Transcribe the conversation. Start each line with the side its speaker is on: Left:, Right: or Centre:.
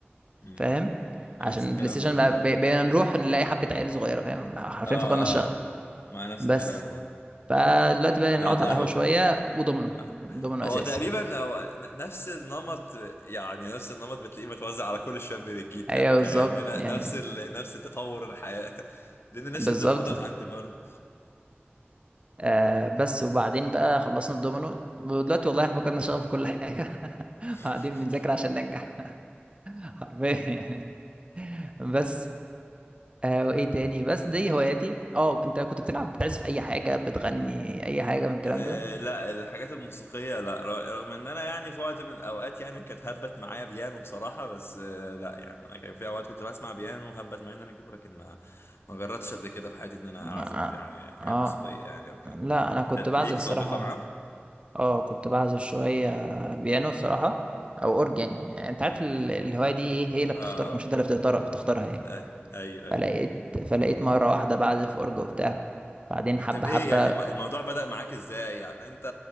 Left: أمم.
Right: فاهم عشان
Left: أنا نفس الكلام
Right: البلاي ستيشن
Left: برضه
Right: بقى- بق-
Left: أيوة
Right: بقينا نروح نلاقي حبة عيال صغيرة فاهم حرفيا
Left: اه
Right: فقدنا الشغف
Left: اه مع نفس
Right: بس
Left: الكلام برضه.
Right: فدلوقتي بقى
Left: بقت
Right: نقعد على
Left: قهوه
Right: القهوة شوية وضمنه
Left: آه.
Right: ضمنه
Left: هو
Right: أساسي
Left: تقريبا هو ن- نفس النمط يعني نفس النمط بتلاقيه متوزع على كل الشباب الجيل دوت
Right: ايوه بالظبط
Left: يعني إن أنا-
Right: يعني
Left: نفس ال... نفس التطور الحياه <laughs> لان الناس
Right: بالظبط
Left: اللي انت بتقوله دوت عندي برضه
Right: آه بس وبعدين بقى خلصنا الدومينو ودلوقتي والله احنا فقدنا الشغف في كل حاجة <laughs>
Left: <laughs>
Right: قاعدين بنذاكر عشان ننجح <laughs> حرفيا يعني بس آه وايه تاني بس دي هواياتي اه انت كنت بتلعب بتعزف اي حاجة بتغني اي حاجة من الكلام
Left: آه
Right: ده
Left: لا الحاجات الموسيقية لا ر- رغم ان انا يعني في وقت من الاوقات يعني كانت هبت معايا بيانو بصراحة بس آه لا يعني انا كان في اوقات كنت بسمع بيانو هبت معايا ان انا اجيبه لكن ما ما جربتش قبل كده في حياتي ان انا
Right: ما-
Left: اعزف يعني حاجات
Right: اه
Left: موسيقية يعني او كده
Right: لا انا
Left: انت
Right: كنت
Left: ليك
Right: بعزف الصراحة
Left: سابقة معاهم؟
Right: اه كنت بعزف شوية بيانو الصراحة او اورج يعني. يعني انت عارف ال- الهواية دي ايه هي اللي بتختارك
Left: اه
Right: مش انت اللي بتختار بتختارها يعني
Left: آه، ايوه
Right: فلقيت
Left: ايوه
Right: فلقيت مرة واحدة بعزف اورج وبتاع بعدين حبة
Left: طب ايه
Right: حبة
Left: يعني الم- الموضوع بدأ معاك ازاي يعني انت